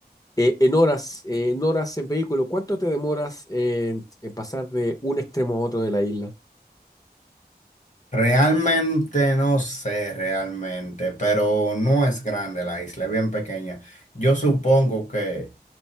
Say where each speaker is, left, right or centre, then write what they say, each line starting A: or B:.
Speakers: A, on the left; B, on the left.
A: Eh, en horas, eh, en horas en vehículo, ¿cuánto te demoras en en pasar de un extremo a otro de la isla?
B: Realmente no sé, realmente, pero no es grande la isla, es bien pequeña. Yo supongo que